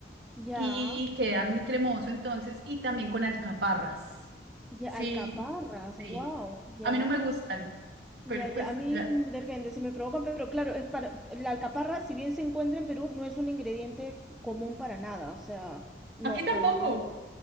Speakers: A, in the centre; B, on the right.
A: Ya,
B: y queda muy cremoso entonces y también con alcaparras.
A: ya,
B: Sí,
A: alcaparras,
B: sí.
A: wow, ya,
B: A mí no me gustan, pero
A: ya, ya.
B: pues
A: A mí
B: la-
A: mm, depende si me provocan, pero claro, es para la alcaparra, si bien se encuentra en Perú, no es un ingrediente común para nada, o sea, no,
B: aquí tampoco.
A: para no.